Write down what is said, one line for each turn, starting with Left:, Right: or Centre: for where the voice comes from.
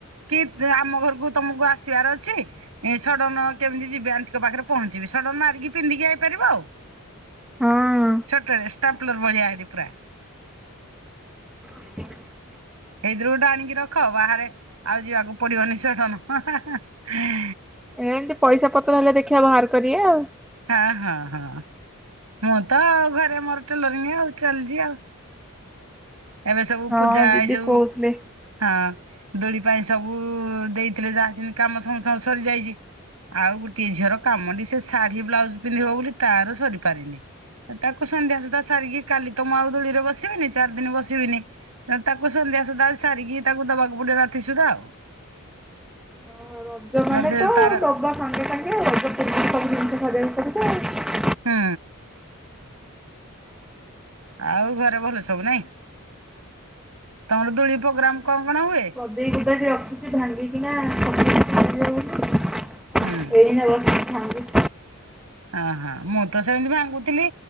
Right: କି ଆମ ଘରକୁ ତମକୁ ଆସିବାର ଅଛି ଏ ସଡନ କେମିତି ଯିବି ଆଣ୍ଟିଙ୍କ ପାଖରେ ପହଞ୍ଚିବି ସଡନ ମାରିକି ପିନ୍ଧିକି ଆଇପାରିବ ଆଉ।
Centre: ହଁ
Right: ଛୋଟଟେ ଷ୍ଟାପ୍ଲର ଭଳିିଆ ହେଇଚି ପୁରା।
Centre: <unintelligible>
Right: ଏଇଥିରୁ ଗୋଟେ ଆଣିକି ରଖ ବାହାରେ ଆଉ ଯିବାକୁ ପଡିବନି ସଡନ ହାଁ ହାଁ
Centre: ଏମତି ପଇସା ପତ୍ର ହେଲେ ଦେଖିବା ବାହାର କରିବା ଆଉ
Right: ହଁ ହଁ ହଁ ମୁଁ ତ ଆଉ ଘରେ ମୋର ଟେଲରଙ୍ଗି ଆଉ ଚାଲିଚି ଆଉ ଏବେ ସବୁ
Centre: ହଁ
Right: ପୂଜା
Centre: ଦିଦି
Right: ଏଇ ଯୋଉ
Centre: କହୁଥିଲେ।
Right: ହଁ ଦୋଳି ପାଇଁ ସବୁ ଦେଇଥିଲେ ଯାହା ସେମିତି କାମ ସମତଙ୍କର ସରିଯାଇଚି ଆଉ ଗୋଟିଏ ଝିଅର କାମଟି ସେ ଶାଢୀ ବ୍ଲାଉଜ ପିନ୍ଧିବ ବୋଲି ତାର ସରିପାରିନି। ତାକୁ ସନ୍ଧ୍ୟା ସୁଧା ସାରିକି କାଲି ତ ମୁଁ ଆଉ ଦୋଳିରେ ବସିବିନି ଚାରିଦିନି ବସ ସିବିନି ତାକୁ ସନ୍ଧ୍ୟା ସୁଦ୍ଧା ସାରିକି ତାକୁ ଦବାକୁ ପଡିବ ରାତି ସୁଦ୍ଧା ଆଉ ଜି
Centre: ଓ ରଜ ମାନେ
Right: ନହେଲେ ସେ
Centre: ତ <unintelligible>
Right: ତାର
Centre: ସାଙ୍ଗେ ସାଙ୍ଗେ ର ସବୁ ଜିନିଷ ସାରିବାକୁ ପଡିବ।
Right: ହୁଁ ଆଉ ଘରେ ଭଲ ସବୁ ନାଇଁ ତମର ଦୁଳି ପୋଗ୍ରାମ୍ କଣ କଣ ହୁଏ?
Centre: ସେଇ ଭିତରେ ରଖିଚି ଭାଙ୍ଗିକିଣା <unintelligible>
Right: ହୁଁ
Centre: ଏଇନା ବସି ଭାଙ୍ଗୁଚ
Right: ଆଁ ହଁ ମୁଁ ତ ସେମିତି ଭାଙ୍ଗୁଥିଲି।